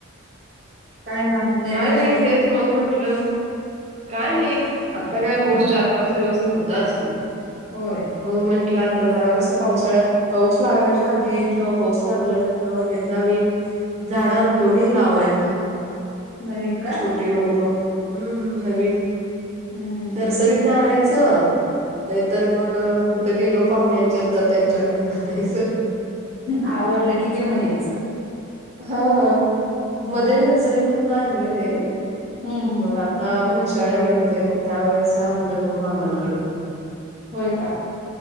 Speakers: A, on the right; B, on the right.
A: काय नाही नवीन
B: काय नाही
A: आणि
B: तेच मग म्हंटलं काय
A: हम्म
B: नाही आता काय पाऊस चार पाच दिवस नव्हताच
A: होय
B: मग म्हंटलं आता जरा कसं पावसाळ्यात पाऊस लागयच्या आधी किंवा पाऊस लागल्यानंतर मग एकदा मी झाड आणतो नाही लावायला
A: नवीन का
B: छोटी रोप हम्म नवीन
A: हम्म हम्म
B: नर्सरीत यच नाही मग कुठं गेलो पाहुण्यांच्या तर त्यांच्याकड जा नाहीचं
A: आवडलं की घेऊन यायचं
B: हं
A: मग
B: मध्ये नर्सरी मधून आणलेले
A: हम्म हम्म
B: मग आता आता मशाळा गेलते मग त्यावेेळेस आणलं मग मामांकडनं
A: होय का